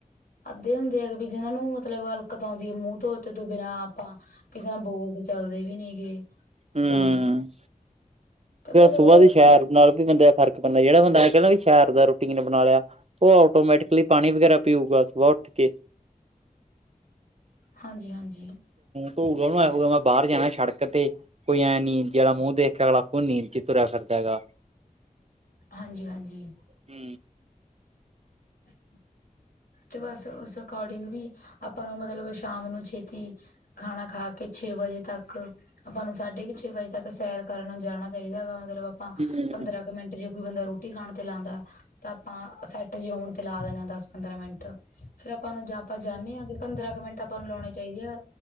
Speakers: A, on the left (about 80°); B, on the right (about 45°).
A: ਅੱਧੇ ਹੁੰਦੇ ਹੈਗੇ ਵੀ ਜਿਹਨਾਂ ਨੂੰ ਮਤਲਬ ਅਲਕਤ ਆਉਂਦੀ ਹੈ ਮੂੰਹ ਤੋਂ ਤੋਂ ਬਿਨਾਂ ਆਪਾਂ ਕਿਸੇ ਨਾਲ ਬੋਲਦੇ ਚਲਦੇ ਵੀ ਨੀ ਗੇ
B: ਹੂੰ
A: ਤੇ ਤੇ ਮਤਲਬ
B: ਸੁਬਾਹ
A: ਉਹਦਾ
B: ਦੀ ਸੈਰ ਨਾਲ ਵੀ ਬੰਦੇ ਦਾ ਫਰਕ ਪੈਂਦਾ ਜਿਹੜਾ ਬੰਦਾ ਨੇ ਕਹਿੰਦਾ ਵੀ ਸ਼ਹਿਰ ਦਾ ਰੋਟੀ ਨੇ ਬਣਾ ਲਿਆ ਉਹ ਆਟੋਮੈਟਿਕਲੀ ਪਾਣੀ ਵਗੈਰਾ ਪੀਊਗਾ ਸੁਾਹ ਉੱਠ ਕੇ
A: ਹਾਂਜੀ ਹਾਂਜੀ
B: ਧ ਨੂੰ ਉਦੋਂ ਮੈਂ ਬਾਹਰ ਜਾਣਾ ਸੜਕ ਤੇ ਕੋਈ ਐਂ ਨੀ ਜਿਹੜਾ ਮੂੰਹ ਦੇਖ ਅਗਲਾ ਕੋ ਨੀ ਜ ਤੁਰਰਾ ਫਿਰਦਾ ਹੈ ਗਗਾ
A: ਹਾਂਜੀ ਹਾਂਜੀ
B: ਤੇ
A: <inaudible> ਹਾਜੀ। ਤੇ ਬਸ ਉਸ ਅਕੋਰਡਿੰਗ ਵੀ ਆਪਾਂ ਨੂੰ ਮਤਲਬ ਸ਼ਾਮ ਨੂੰ ਛੇਤੀ ਖਾਣਾ ਖਾ ਕੇ ਛੇ ਵਜੇ ਤੱਕ ਆਪਾਂ ਨੂੰ ਸਾਢੇ ਕੁ ਛੇ ਵਜੇ ਤੱਕ ਸੈਰ ਕਰਨ ਜਾਣਾ ਚਾਹੀਦਾ ਹੈਗਾ ਮਤਲਬ ਆਪਾਂ
B: ਹੂੰ,
A: ਪੰਦਰਾਂ ਮਿੰਟ ਜੇ ਕੋਈ ਬੰਦਾ ਰੋਟੀ ਖਾਣ ਤੇ ਲਾਉਦਾ ਤਾਂ ਆਪਾਂ ਸੈੱਟ ਜੇ ਹੋਣ ਤੇ ਲਾ ਦੇਣੇ ਹ ਦਸ ਪੰਦਰਾਂ ਮਿੰਟ ਫੇਰ ਆਪਾਂ ਨੂੰ ਆਪਾਂ ਜਾਂਦੇੇ ਹਾਂਗੇ ਪੰਦਰਾਂ ਕੁ ਮਿੰਟ ਆਪਾਂ ਨੂੰ ਲਾਉਣੇ ਚਾਹੀਦੇ ਆ